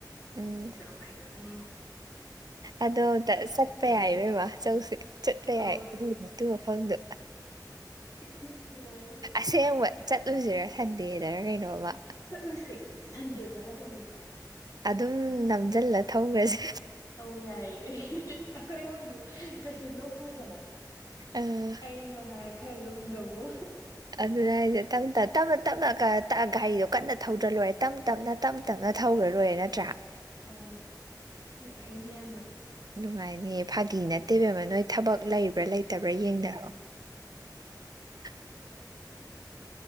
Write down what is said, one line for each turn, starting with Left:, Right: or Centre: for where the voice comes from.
Right: ꯎꯝ
Left: ꯑꯗꯨꯅ ꯌꯥꯝ ꯍꯥꯏꯅꯤꯉꯦ
Right: ꯑꯗꯣ ꯑꯝꯇ ꯆꯠꯄ ꯌꯥꯏ ꯏꯕꯦꯝꯃ ꯆꯧꯁꯦ ꯆꯠꯄ
Left: ꯑꯧ
Right: ꯌꯥꯏ ꯑꯗꯨ ꯑꯗꯨ ꯃꯐꯝꯗꯨ
Left: <unintelligible> ꯅꯨꯡꯉꯥꯏꯅꯤ
Right: ꯑꯁꯦꯡꯕ ꯆꯠꯂꯨꯁꯤꯔꯥ ꯁꯟꯗꯦꯗꯔ ꯀꯩꯅꯣꯝꯃ
Left: ꯆꯠꯂꯨꯁꯤ ꯁꯟꯗꯦꯗꯔ ꯀꯩꯅꯣꯃ
Right: ꯑꯗꯨꯝ ꯅꯝꯖꯜꯂ ꯊꯧꯈ꯭ꯔꯁꯦ
Left: ꯑꯧ ꯌꯥꯏꯌꯦ <unintelligible> ꯑꯩꯈꯣꯏ ꯑꯍꯨꯝꯗꯤ ꯀꯩꯁꯨ ꯂꯨꯝꯃꯣꯏꯗꯅ
Right: ꯑꯥ
Left: ꯑꯩ ꯃꯉꯥꯏꯔꯦ ꯈꯔ ꯂꯨꯝꯗꯧꯕꯣ
Right: ꯑꯗꯨꯅꯦ ꯍꯥꯏꯁꯦ ꯇꯪꯇ ꯇꯞꯅ ꯇꯞꯅꯒ ꯇ ꯒꯥꯔꯤꯗꯣ ꯀꯟꯅ ꯊꯧꯗ꯭ꯔ ꯂꯣꯏꯔꯦ ꯇꯝ ꯇꯝꯅ ꯇꯝ ꯇꯝꯅ ꯊꯧꯔ ꯂꯣꯏꯔꯦ ꯅꯠꯇ꯭ꯔꯥ
Left: ꯑꯥ ꯅꯨꯡꯉꯥꯏꯅꯤ ꯌꯥꯝꯅ
Right: ꯅꯨꯡꯉꯥꯏꯅꯤꯌꯦ ꯐꯥꯒꯤ ꯅꯠꯇꯦ ꯏꯕꯦꯝꯃ ꯅꯣꯏ ꯊꯕꯛ ꯂꯩꯕ꯭ꯔꯥ ꯂꯩꯇꯕ꯭ꯔꯥ ꯌꯦꯡꯅꯔꯣ <unintelligible>